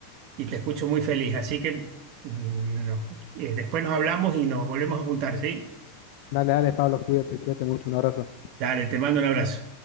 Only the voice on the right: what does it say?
y te escucho muy feliz. Así que mm, no. Eh, después nos hablamos y nos volvemos a juntar, ¿sí?
Dale, te mando un abrazo.